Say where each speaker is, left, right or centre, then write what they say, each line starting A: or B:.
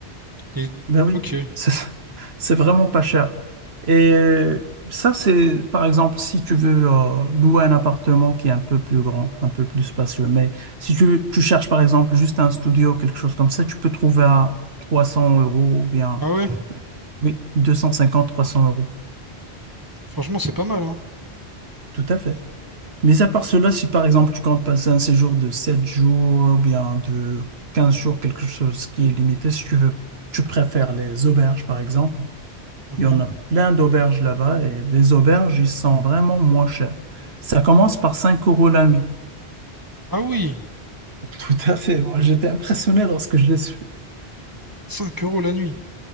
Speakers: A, on the right; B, on the right.
A: Et...
B: Ben oui,
A: Ok.
B: c'est c'est vraiment pas cher. Et ça, c'est par exemple si tu veux euh, louer un appartement qui est un peu plus grand, un peu plus spacieux. Mais si tu, tu cherches par exemple juste un studio, quelque chose comme ça, tu peux trouver à 300 euros ou bien
A: Ah ouais,
B: oui, 250, 300 euros.
A: franchement, c'est pas mal, hein.
B: Tout à fait. Mais à part cela, si par exemple tu comptes passer un séjour de 7 jours ou bien de 15 jours, quelque chose qui est limité, si tu veux, tu préfères les auberges par exemple.
A: Mhm.
B: Il y en a plein d'auberges là-bas et les auberges, ils sont vraiment moins chers. Ça commence par 5 euros la nuit.
A: Ah oui,
B: Tout à fait. Moi, j'étais impressionné lorsque je les suis.
A: 5 euros la nuit.